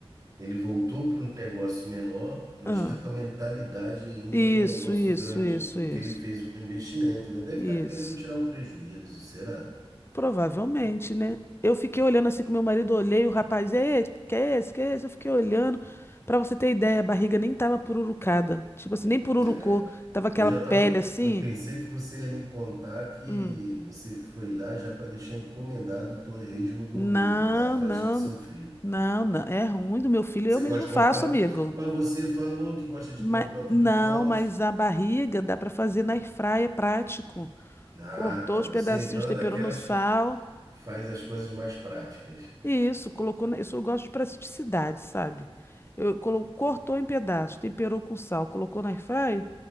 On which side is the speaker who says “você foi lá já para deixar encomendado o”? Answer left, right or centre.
Right